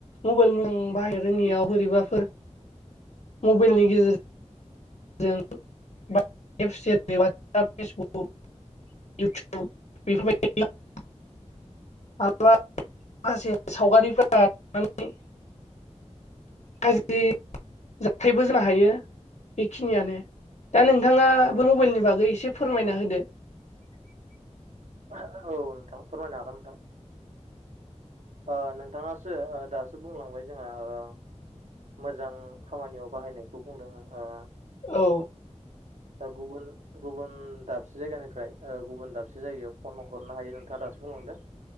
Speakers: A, on the left; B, on the right.
A: मबेइल मोजां बाहाय जोंनियाव बोरैबाफोर मबेलनि गेजेर जों <unintelligible> वाटसाप फेसबुक इउटुब बेफोर बायदि <unintelligible> मालाबा माखासे सावगारिफोरा <unintelligible> गाज्रि जाथायबो जाहैयो बेखिनियानो दा नोंथाङाबो
B: औ
A: मबेलनि बागै एसे फोरमायना
B: औ
A: होदो
B: <unintelligible> औ नोंथां फोरमायनो हागोन नोंथां ओ नोंथाङासो ओ दासो बुंलांबाय जोंहा ओ मोजां खामानियाव बाहायनायखौ बुंदों आं ओ
A: औ
B: ओ गुबुन गुबुन-दाबसे जायगानिफ्राय ओ गुबुन दाबसे जायगायाव फन हरनो हायो नोंथाङा दा <unintelligible> बुंलांदों